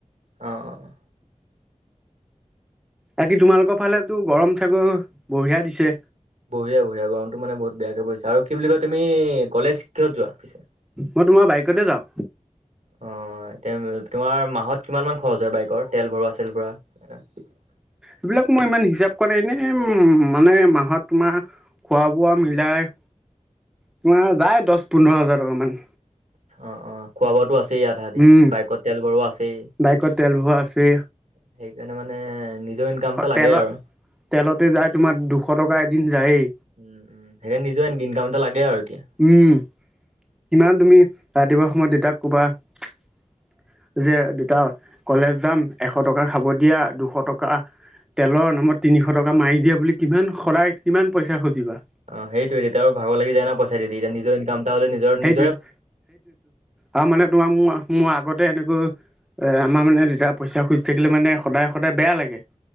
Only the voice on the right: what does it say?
অ, অ।
বঢ়িয়া বঢ়িয়া গৰমতটো মানে বহুত বেয়াকে বহিছে আৰু কি বুলি কয় তুমি কলেজ কিহত যোৱা পিছে।
অ তোমাৰ মাহত কিমান মান খৰচ হয় বাইকৰ তেল ভৰুৱা চেল ভৰুৱা। <inaudible>
অ, অ, খোৱা বোৱাতো আছেই আধা আধি,
বাইকত তেল ভৰোৱা আছেই।
সেইকাৰণে মানে নিজৰ ইনকামতটা লাগে
আৰু।
উম - উম সেইকাৰণে নিজে আনিবি ইনকাম এটা লাগে আৰু এতিয়া
অ, সেইটোয়ে তেতি আৰু ভাগ লাগি যায় ন পইা দি এতিয়া নিজৰ ইকামটা হ'লে নিজৰ নি